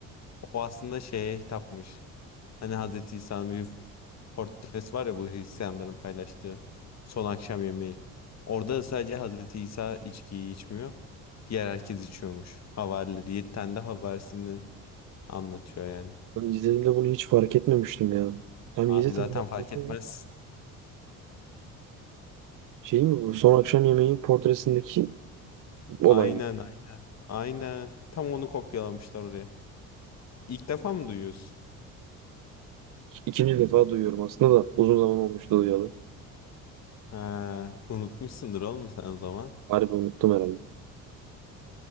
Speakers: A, on the left (about 40°); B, on the right (about 50°).
A: O aslında şeye hitapmış. Hani Hazreti İsa'nın bir Portres var ya bu Hristiyanların paylaştığı son akşam yemeği. Orada sadece Hazreti İsa içkiyi içmiyor. Diğer herkes içiyormuş. Havarileri yedi tane de havarisini anlatıyor yani.
B: Ben izlediğimde bunu hiç fark etmemiştim ya. Hem
A: Abi
B: 7 tane
A: zaten
B: arkadaşı
A: fark etmez.
B: var. Şey mi bu? Son akşam yemeğin portresindeki olay
A: Aynen
B: mı?
A: aynen. Aynen. Tam onu kopyalamışlar oraya. İlk defa mı duyuyorsun?
B: İkinci defa duyuyorum aslında da uzun zaman olmuştu duyalı.
A: Ha, unutmuşsundur oğlum sen o zaman.
B: Harbi unuttum herhalde.